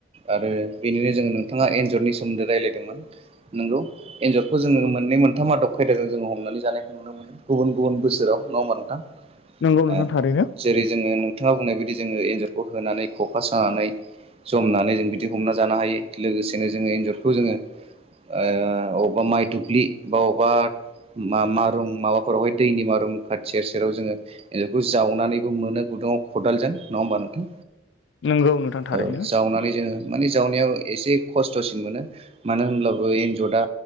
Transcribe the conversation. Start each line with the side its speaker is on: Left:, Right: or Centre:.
Right: आरो बेनिनो जोङो नोंथाङा एन्जरनि सोमोन्दै रायलायदोंमोन नोंगौ एन्जरखौ जोङो मोननै मोनथाम आदब खायदाजों जोङो हमनानै जानायखौ नुनो मोनो, गुबुन गुबुन बोसोराव नङा होनबा नोंथां?
Left: नंगौ नोंथां
Right: ओम,
Left: थारैनो
Right: जेरै जोङो नोंथाङा बुंनाय बायदि जोङो एन्जरखौ होनानै खखा सानानै जमनानै जों बिदि हमना जानो हायो लोगोसेनो जोङो एन्जरखौ जोङो ओ अबावबा माइ दुब्लि बा अबावबा मा-मारुं माबा फोरावहाय दैनि मारुम खाथिया सेराव जोङो एनजरखौ जावनानै मोनो गुदुङाव खदाल जों नङा होनबा नोंथां?
Left: नंगौ नोंथां थारैनो
Right: औ जावनानै जोङो माने जावनायाव एसे खस्थ'सिन मोनो मानो होनब्लाबो एन्जरा